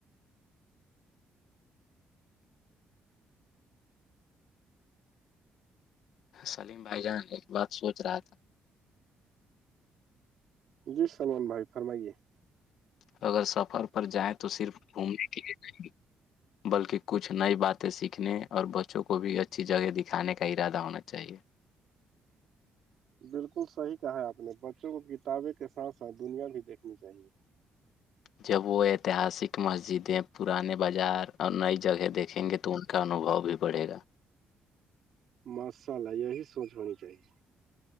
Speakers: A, on the left; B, on the right.
A: سلیم بھائی جان ایک بات سوچ رہا تھا
B: جی سلمان بھائی فرمائیے
A: اگر سفر پر جائیں تو صرف گھومنے کے لیے جائیں گے بلکہ کچھ نئی باتیں سیکھنے اور بچوں کو بھی اچھی جگہ دکھانے کا ارادہ ہونا چاہیے
B: بالکل صحیح کہا ہے آپ نے بچوں کو کتابیں کے ساتھ ساتھ دنیا بھی دیکھنی چاہیے
A: جب وہ ایتہاسک مسجدیں پرانے بازار اور نئی جگہ دیکھیں گے تو ان کا انوبھو بھی پڑے گا
B: ماشاء اللہ یہی سوچ ہونی چاہیے